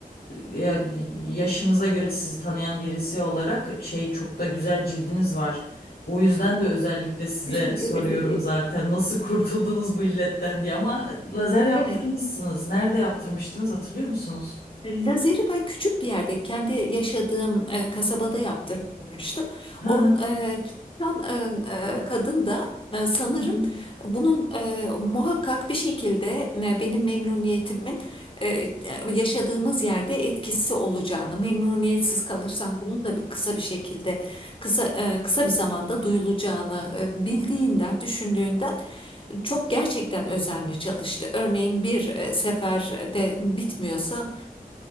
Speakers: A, on the left; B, on the left.
A: yani yaşınıza göre sizi tanıyan birisi olarak şey çok da güzel cildiniz var. O yüzden de özellikle size
B: Teşekkür
A: soruyorum
B: ederim.
A: zaten nasıl kurtuldunuz bu illetten diye. Ama lazer yaptırmışsınız.
B: Evet.
A: Nerede yaptırmıştınız hatırlıyor musunuz?
B: Lazeri ben küçük bir yerde kendi yaşadığım e, kasabada yaptırmıştım.
A: Hı
B: Or,
A: hı.
B: e, çalışan, e, e, kadın da e, sanırım
A: Hı hı.
B: bunun e, muhakkak bir şekilde e, benim memnuniyetimin e, e, yaşadığımız yerde etkisi olacağını, memnuniyetsiz kalırsam bunun da bir- kısa bir şekilde kısa e, kısa bir zamanda duyulacağını e, bildiğinden, düşündüğünden çok gerçekten özenli çalıştı. Örneğin bir e, seferde bitmiyorsa